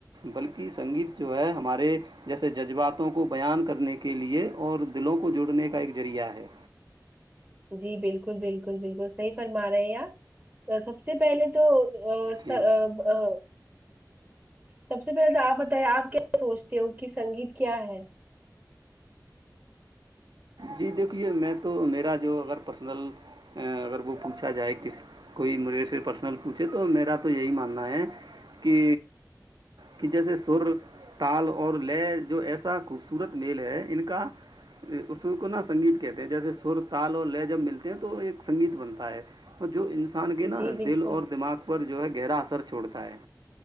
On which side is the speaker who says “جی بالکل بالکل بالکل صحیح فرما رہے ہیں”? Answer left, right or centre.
Right